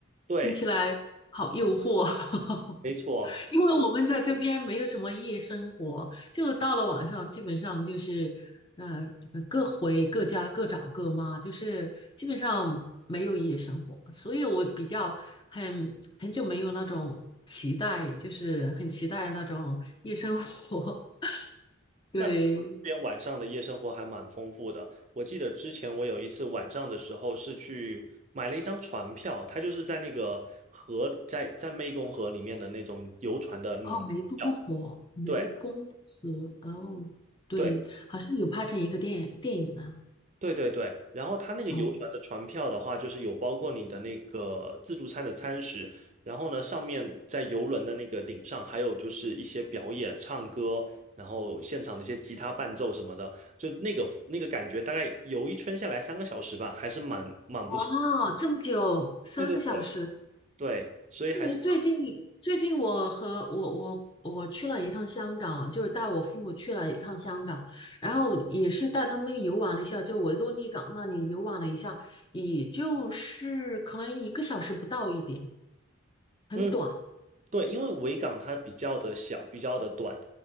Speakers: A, on the right; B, on the left.
A: 对，
B: 听起来好诱惑。<laughs>
A: 没错。
B: 因为我们在这边没有什么夜生活，就到了晚上，基本上就是，呃，各回各家，各找各妈，就是基本上没有夜生活，所以我比较很很久没有那种期待，就是很期待那种夜生活。<laughs> 对，
A: 那这边晚上的夜生活还蛮丰富的。我记得之前我有一次晚上的时候是去买了一张船票，它就是在那个河，在在湄公河里面的那种游船的那种。
B: 哦，湄公河，
A: 票。
B: 湄公河，
A: 对
B: 哦，对，
A: 对
B: 好像有拍成一个电电影呢。
A: 对对对，然后它那个游船的船票的话，
B: 哦，
A: 就是有包括你的那个自助餐的餐食，然后呢，上面在游轮的那个顶上，还有就是一些表演、唱歌，然后现场的一些吉他伴奏什么的，就那个那个感觉，大概游一圈下来三个小时吧，还是蛮蛮不错。
B: 哇，这么久，三个小时。
A: 对对对对，所以还是
B: 因为最近最近我和我我我去了一趟香港，就是带我父母去了一趟香港，然后也是带他们游玩了一下，就维多利港那里游玩了一下，也就是可能一个小时不到一点，很短。
A: 嗯。对，因为维港它比较的小，比较的短，